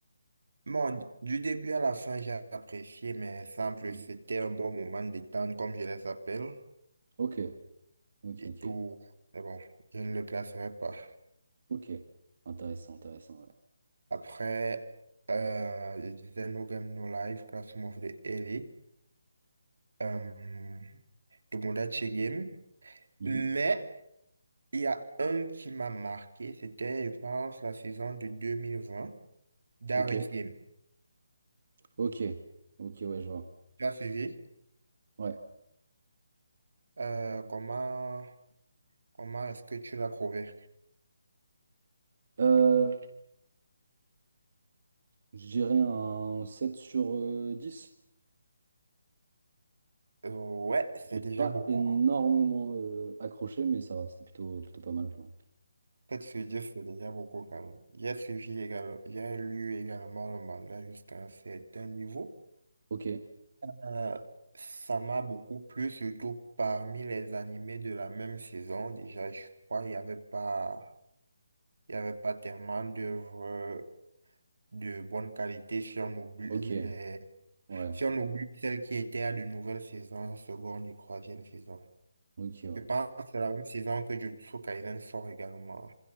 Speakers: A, on the right (about 75°); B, on the right (about 50°).
A: Bon, du début à la fin, j'ai apprécié, mais sans plus,
B: Mhm.
A: c'était un bon moment de détente, comme je les appelle,
B: Ok, ok,
A: et
B: ok.
A: tout, mais bon, je ne le classerai pas.
B: Ok. Intéressant, intéressant, ouais.
A: Après, euh, je disais No Game No Life, Classroom of the Elite, euh, Tomodachi Game.
B: Mhm.
A: Mais il y a un qui m'a marqué, c'était, je pense, la saison de 2020, Darwin's
B: Ok,
A: Game.
B: ok. Ok, ouais, je vois.
A: Tu as suivi?
B: Ouais.
A: Euh, comment comment est-ce que tu l'as trouvé?
B: Euh, je dirais un 7 sur euh, 10.
A: Euh, ouais, c'est
B: J'ai pas
A: déjà beaucoup.
B: énormément euh, accroché, mais ça va, c'était plutôt, plutôt pas mal, quoi.
A: Peut-être se dire c'est déjà beaucoup quand même. J'ai suivi également, j'ai lu également le manga jusqu'à un certain niveau.
B: Ok.
A: Euh, ça m'a beaucoup plu, surtout parmi les animés de la même saison. Déjà, je crois qu'il n'y avait pas, il y avait pas tellement d'œuvres de bonne qualité si on oublie
B: Ok,
A: les,
B: ouais,
A: si on oublie celles qui étaient à de nouvelles saisons, seconde et troisième saison.
B: ok, ouais.
A: Je pense que c'est la même saison que Jujutsu Kaisen sort également,